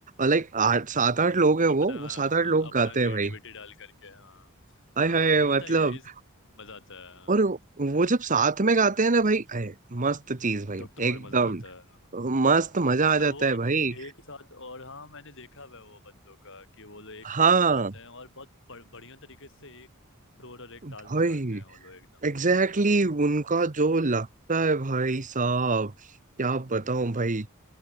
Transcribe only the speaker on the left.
अपना
अपना
क्रिएटिविटी
डाल करके हाँ
हाँ
होता
ही है इस मजा आता है हाँ।
तब तो और
मजा आता है हाँ।
तब वो
एक साथ और हाँ मैंने देखा हुआ है वो बंदों का कि वो लोग एक साथ
गाते हैं और बहुत ब- बढ़िया तरीके से एक सुर और एक
ताल में गाते हैं वो लोग एकदम
हम्म
हम्म